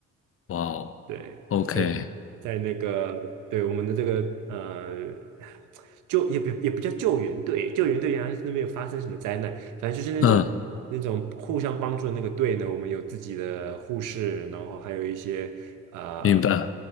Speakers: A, on the left (about 45°); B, on the right (about 85°).
A: 哇
B: 对，
A: 哦，OK。
B: 在在那个对我们的这个呃救也不也不叫救援队，救援队好像是那边有发生什么灾难，反正就是那种那种互相帮助的那个队呢，
A: 嗯。
B: 我们有自己的护士，然后还有一些呃，
A: 明白，